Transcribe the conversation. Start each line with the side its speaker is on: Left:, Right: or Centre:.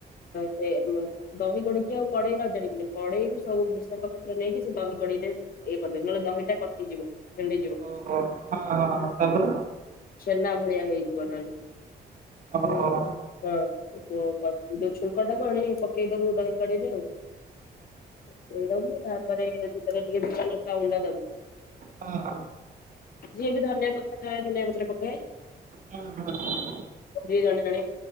Left: ସେ, ଦହି ପଡିକି ଆଉ କଡେଇ ବାଜାଡିବୁନି କଡେଇକୁ ସବୁ ବୃଷଙ୍ଗ ପତ୍ର ନେଇକି ସେ ଦହି କଡେଇ ଦବୁ। ଇଏ କରିଦେବ ନହେଲେ ଦହିଟା କଟିଯିବ। ଛିଣ୍ଡିଯିବ
Right: ଓହୋ ହଁ ହଁ ତାପରେ,
Left: ଛେନା ଭଳିଆ ହେଇଯିବ ନହେଲେ।
Right: ଓହୋ
Left: ଓ
Right: ହୋ
Left: ହଁ ଛୁଙ୍କଟାକୁ ଆଣି ପକେଇଦବୁ ଦହି କଢ଼େଇ ରେ ଆଉ। ପକେଇ ଦବୁ ତାପରେ ସେତବେ ଟିକେ ଜିରା ଲଙ୍କ ଗୁଣ୍ଡା ଦବୁ।
Right: ହଁ।
Left: ଯିଏ ବି ଧନିଆ ପତ୍ର ଖାଏ ଧନିଆ ପତ୍ର ପକାଏ।
Right: ହଁ ହଁ ହଁ।
Left: <unintelligible> ଜଣେ ଜଣେ